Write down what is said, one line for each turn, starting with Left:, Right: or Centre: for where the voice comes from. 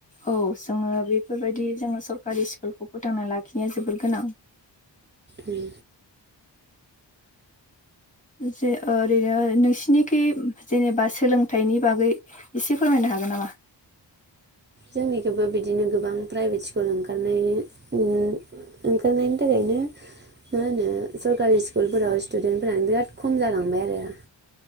Left: औ जोङो बेफोरबायदि जोङो सरकारि स्कुलखौ फोथांना लाखिनाया जोबोर गोनां
Right: उम
Left: जे ओ ओरैनो नोंसिनिखि जेनेबा सोलोंथाइनि बागै इसे फोरमायनो हागोन नामा?
Right: जोंनिखोबो बिद दिनो गोबां प्राइभेट स्कुल ओंखारनायनि उम ओंखारनायनि थाखायनो मा होनो सरकारि स्कुलफोराव स्टुदेन्टफोरानो बिराद खम जालांबाय आरो